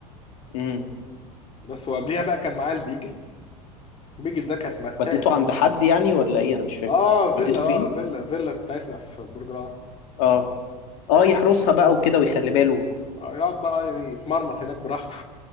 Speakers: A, on the left (about 55°); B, on the left (about 30°).
A: امم
B: بس وقبليها بقى كان معايا البيجل البيجل ده كانت مأساة
A: وديته عند حد يعني ولا ايه انا مش فاهم
B: اه
A: وديته
B: فيلا اه
A: فين
B: فيلا فيلا بتاعتنا في برج العرب
A: اه اه يحرسها بقى وكده ويخلي باله
B: آه، يقعد بقى يتمرمط هناك براحته